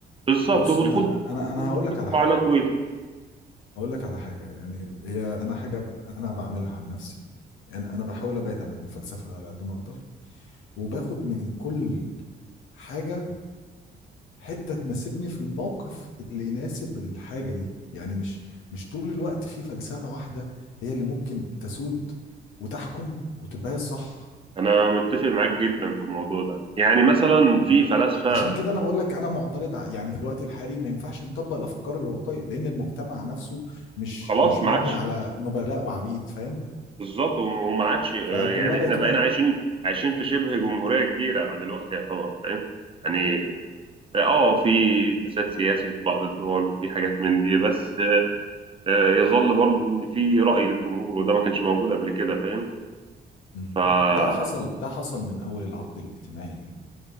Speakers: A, on the right; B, on the left.
A: بالظبط
B: بص
A: وبتخوض
B: انا انا انا
A: وبتخوض
B: هقول لك على حاجه
A: على طويل
B: هقول لك على حاجه يعني هي انا حاجه ب... انا بعملها عن نفسي يعني انا بحاول ابعد عن الفلسفه على قد ما اقدر وباخد من كل حاجه حتة تناسبني في الموقف اللي يناسب الحاجة دي يعني مش مش طول الوقت في فلسفة واحدة هي اللي ممكن تسود وتحكم وتبقى هي الصح
A: انا متفق معاك جدا في الموضوع ده يعني مثلا
B: فاهم؟
A: في فلاسفة
B: عشان كده انا بقول لك انا معترض ع- يعني في الوقت الحالي ما ينفعش نطبق الافكار الرواقية لان المجتمع نفسه مش
A: خلاص
B: مش
A: ما
B: مبني
A: عادش
B: على نبلاء وعبيد فاهم
A: بالظبط وما عادش آه،
B: فكلها
A: يعني
B: بقت
A: احنا بقينا
B: واحد
A: عايشين عايشين في شبه جمهورية كبيرة دلوقتي يعتبر فاهم يعني اه في فساد سياسي في بعض الدول وفي حاجات من دي بس آه، آه، يظل برضو ان في رأي للجمهور وده ما كانش موجود قبل كده فاهم
B: مم.
A: فا
B: ده حصل ده حصل من اول العقد الاجتماعي ال-